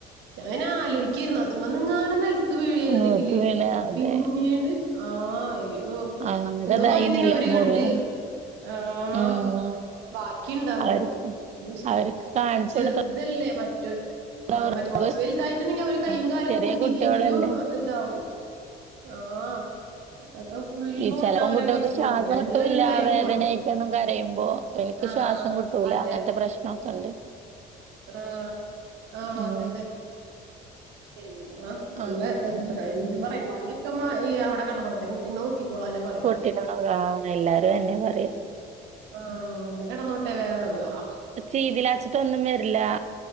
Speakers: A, on the right; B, on the right.
A: ഞാനാലോയ്ക്കാ ക്കിരുന്നു അതുമെങ്ങാനും നെലത്ത് വീണിരുന്നെങ്കില്
B: മൂത്ത് വീണ് അതെ
A: പിന്നീട് ആഹ് അയ്യോ
B: ആകതായിന്നില്ലേ
A: എന്തോ ഭാഗ്യത്തിന് അവര്
B: മുറിയാൻ
A: കണ്ട് ആഹ്
B: ഉം.
A: ബാക്കിയിണ്ടാവോ
B: അവർക്ക്
A: <unintelligible>
B: അവർക്ക് കാണിച്ചു
A: ചെറ്
B: കൊടുത്തതാ
A: തല്ലേ മറ്റോൻ മ
B: ഉറപ്പ്.
A: മറ്റ് കൊറച്ച് വെൽതായിറ്റ്ണ്ടെങ്കിലും അവര് കയ്യും
B: ആഹ്.
A: കാലൊക്കെ
B: ചെറിയ
A: കുത്തിയിറ്റെങ്കിലും
B: കുട്ടികളല്ലേ?
A: ഇതാവും. ആഹ് അതൊക്കെ ഫുൾ
B: ഈ
A: നോട്ട
B: ചെലപ്പോ
A: അവരെ
B: കുട്ട്യേൾക്ക്
A: മേൽക്ക്
B: ശ്വാസം
A: വേണം രണ്ട്
B: കിട്ടൂല്ലാ
A: കണ്ണ്ണ്ടായാലും
B: വേദന
A: പോരാ
B: ആയിറ്റൊന്നും കരയുമ്പോ എനിക്ക്
A: ആഹ്
B: ശ്വാസം കിട്ടൂലാ
A: അതെ
B: അങ്ങൻത്തെ പ്രശ്നോക്കെണ്ട്
A: ആഹ് ആഹ്
B: ഉം.
A: അതെ അതെ എന്താ നമ്മള്
B: അങ്ങനെ
A: എത്രയാ <unintelligible> പണിയെത്തുമ്പോ ഈ അവിടെ കെടന്നോട്ടെ കുട്ട് ട്ടി നോക്കിക്കോളനാ പറഞ്ഞ്
B: <unintelligible> ആഹ് എല്ലാരും അതന്നെയാ പറയാ.
A: ആഹ് അവിടെ കെടന്നോട്ടേ വേറെ ആഹ്
B: ചെയിതില്ലാച്ചിട്ടൊന്നും വെരില്ലാ.